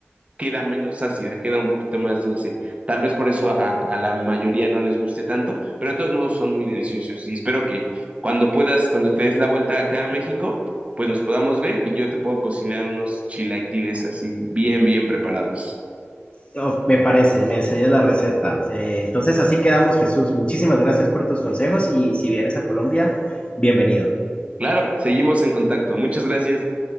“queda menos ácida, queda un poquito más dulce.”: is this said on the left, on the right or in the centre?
Right